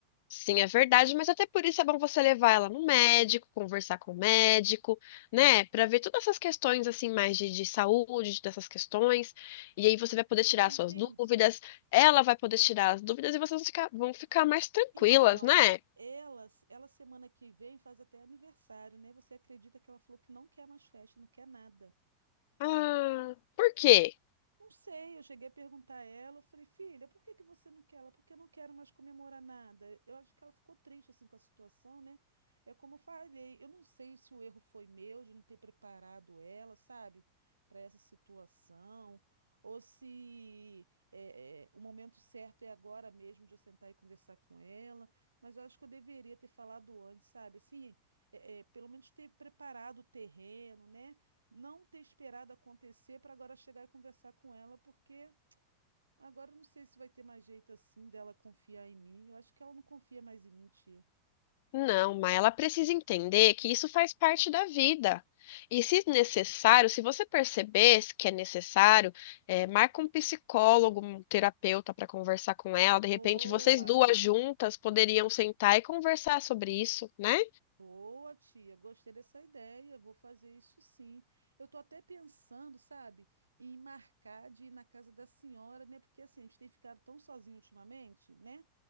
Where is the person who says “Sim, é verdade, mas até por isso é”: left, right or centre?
Left